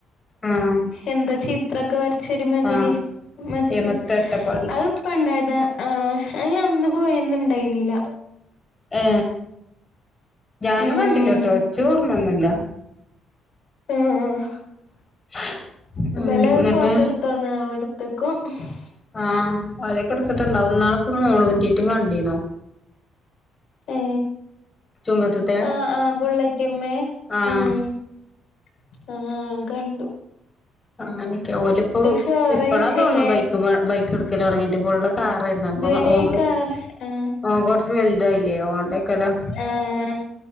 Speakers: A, on the left; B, on the left.
A: ആഹ്
B: എന്താ ചിത്രൊക്കെ <unintelligible> ശെരി മതിരി
A: ആഹ്
B: മതില്
A: എമത്ത് അട്ടപ്പാടി
B: അത്പ്പ ഉണ്ടായത് ആ ആ അന്ന് പോയന്ന് ഇണ്ടായിന്നീല
A: ഏ ഞാനും
B: ഉം
A: കണ്ടില്ലാ ട്ടോ ഇച്ച് ഓർമൊന്നുല്ല.
B: ഉം
A: <inaudible>
B: ബല <unintelligible>
A: എന്നിട്ട്
B: ഫോട്ടോ എടുത്തന്ന <unintelligible>
A: ആഹ <unintelligible> ഇടത്തിട്ട ണ്ടാവും ഇന്നാളിപ്പ <unintelligible> കണ്ടിന്നു
B: ഏ
A: ചുങ്കത്തത്തെ
B: ആ ആ ബുള്ളറ്റിമേ
A: ആഹ്
B: ഉം ഉം ആഹ ഗണ്ടു
A: <unintelligible> ഓല ഇപ്പോ
B: ചോറെയ്ച്ചിലേ
A: ഇപ്പളാ തോന്നു ബൈക്കിമ്മേ ബൈക്ക് എടുക്കല തുടങ്ങിട്ട് <unintelligible> ആറന്നാ അപ്പ
B: ഇതുവരെ
A: <unintelligible>
B: കാർ ആഹ്
A: ഓ കൊറച്ച് വലുതായില്ലേ അതോണ്ടെയ്ക്കാരം,
B: ആഹ്